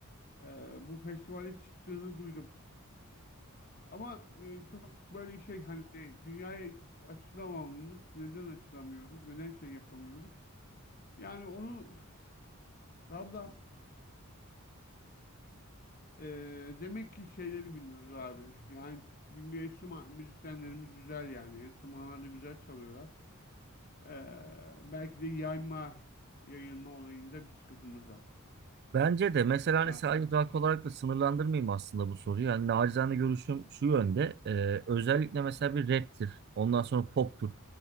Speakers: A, on the left; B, on the right.
A: Ee, bu festivale çıktığını duydum. Ama e, çok böyle şey hani dünyaya açılamamamız, neden açılamıyoruz, neden şey yapamıyoruz? Yani onu valla e, demek ki şeyleri bilmiyoruz abi. Yani çünkü enstrüman müzisyenlerimiz güzel yani. Enstrümanlar da güzel çalıyorlar. Ee, belki de yayma, yayılma olayında bir sıkıntımız var.
B: Bence de mesela hani
A: Yani,
B: sadece rock olarak da sınırlandırmayayım aslında bu soruyu. Yani nacizane görüşüm şu yönde. Ee, özellikle mesela bir raptir. Ondan sonra poptur.